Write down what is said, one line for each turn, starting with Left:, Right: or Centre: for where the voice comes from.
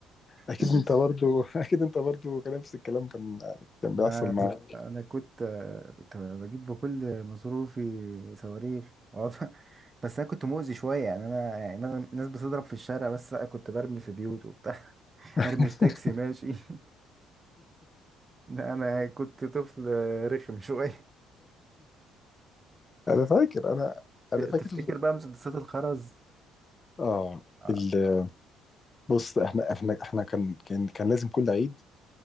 Left: اكيد
Right: <laughs>
Left: انت برضو <laughs> اكيد انت برضو كان نفس الكلام كان كان بيحصل
Right: ما
Left: معاك
Right: أنا كنت كنت بجيب بكل مصروفي صواريخ أقعد- <laughs> بس أنا كنت مؤذي شوية يعني أنا يعني مثلا الناس بتضرب في الشارع بس لأ كنت برمي في بيوت وبتاع <laughs>
Left: <laughs>
Right: أرمي في تاكسي ماشي <laughs> لا أنا كنت طفل رخم شوية <laughs>
Left: انا فاكر انا انا فاكر
Right: تفتكر بقى مسدسات الخرز
Left: اه آه،
Right: آه.
Left: ال- بص احنا احنا احنا كان كان كان لازم كل عيد